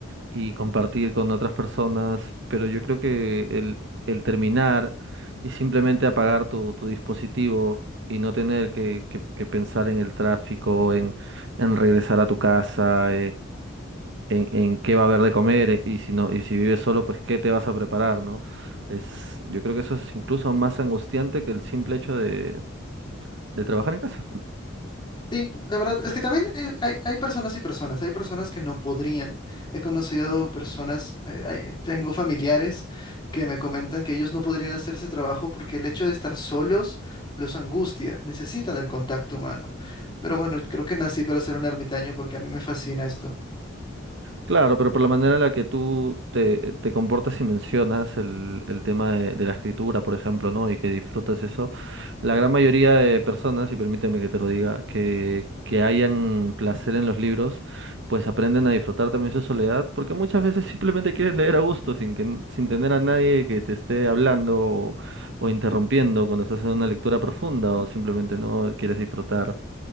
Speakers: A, on the right; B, on the left.
A: y compartir con otras personas, pero yo creo que el, el terminar y simplemente apagar tu, tu dispositivo y no tener que, que- que pensar en el tráfico, en, en regresar a tu casa, en, en qué va a haber de comer eh, y si no, y si vives solo, pues qué te vas a preparar, ¿no? Es, yo creo que eso es incluso más angustiante que el simple hecho de, de trabajar en casa.
B: Sí, la verdad es que también eh, hay, hay personas y personas, hay personas que no podrían. He conocido personas, eh, hay- tengo familiares que me comentan que ellos no podrían hacer ese trabajo porque el hecho de estar solos los angustia, necesitan el contacto humano. Pero bueno, creo que nací para ser un ermitaño porque a mí me fascina esto.
A: Claro, pero por la manera en la que tú te, te comportas y mencionas el, el tema de, de la escritura, por ejemplo, ¿no? Y que disfrutas eso, la gran mayoría de personas, y permíteme que te lo diga, que, que hayan placer en los libros, pues aprenden a disfrutar también su soledad, porque muchas veces simplemente quieres leer a gusto, sin que, n- sin tener a nadie que te esté hablando o, o interrumpiendo cuando estás en una lectura profunda, o simplemente no quieres disfrutar,